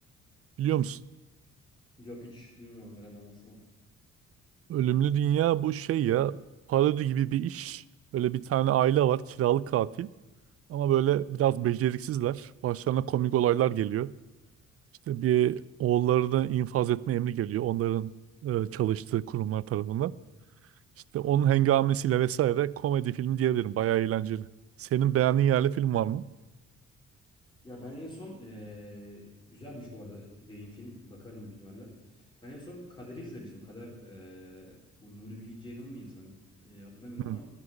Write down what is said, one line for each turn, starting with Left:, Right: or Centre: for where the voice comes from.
Right: Biliyor musun?
Left: Yok hiç duymadım biraz anlatsana.
Right: Ölümlü Dünya bu şey ya parodi gibi bir iş. Böyle bir tane aile var kiralık katil. Ama böyle biraz beceriksizler. Başlarına komik olaylar geliyor. İşte bir oğullarını infaz etme emri geliyor. Onların e, çalıştığı kurumlar tarafından. İşte onun hengamesiyle vesaire komedi filmi diyebilirim. Bayağı eğlenceli. Senin beğendiğin yerli film var mı?
Left: Ya ben en son eee, güzelmiş bu arada dediğin film. Bakarım büyük ihtimalle. Ben en son Kader'i izlemiştim. Kader eee, bu Nuri Bilge Ceylan mıydı sanırım? Eee, hatırlamıyorum
Right: Hmm.
Left: ama